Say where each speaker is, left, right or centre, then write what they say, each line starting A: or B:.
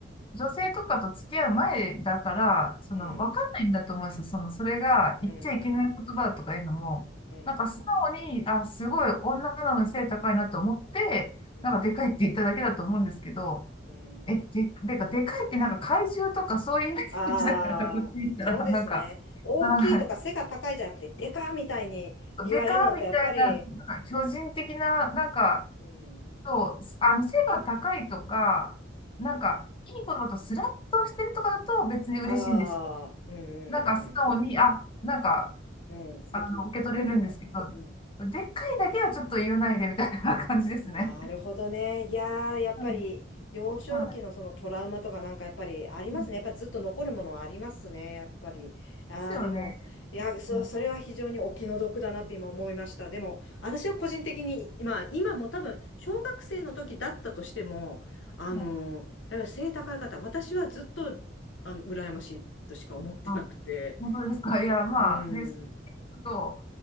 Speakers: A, on the left; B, on the left.
A: 女性とかと付き合う前だから、その、
B: う。うん。
A: わかんないんだと思うんですよ。その、それが言っちゃいけない言葉だとかいうのも、
B: うん。うん。
A: なんか素直に、あ、すごい女なのに背高いなと思って、
B: うん。
A: なんかでかいって言っただけだと思うんですけど、
B: うん。
A: え、で、でか、でかいってなんか怪獣とかそういうイメージだから、
B: ああ、
A: こっち見たら、
B: そうですね。
A: なんか、
B: 大きいとか背が高いじゃなくて、
A: はい。
B: でかみたいに言われるのって、
A: でかーみたいな、
B: やっぱり、
A: なんか巨人的な、なんか、
B: うん。
A: そう、あの、背が高いとか、
B: うん。
A: なんか、いい言葉とスラッとしてるとかだと別に嬉しいんですよ。
B: ああ、うんうんうん
A: なんか素直に、あ、なんか、
B: うん。うん、素敵。
A: あの、受け取れるんですけど、
B: <laughs> うん
A: でっかいだけはちょっと言わないでみたいな感じですね。
B: なるほどね。いやー、やっぱり幼少期のそのトラウマとかなんかやっぱりありますね。
A: うん。はい。で
B: やっぱりずっと残るものはありますね。やっぱり。ああ、
A: すよね。
B: でも、いや、そ、
A: うん。
B: それは非常にお気の毒だなって今思いました。でも、私は個人的に、まあ今も多分、小学生の時だったとしても、あのーやっぱり背高い方、
A: うん。
B: 私はずっと、あの、羨ましいとしか思ってなくて。
A: あ本当ですかいや、まあ、
B: うん。
A: ね、そう聞くと、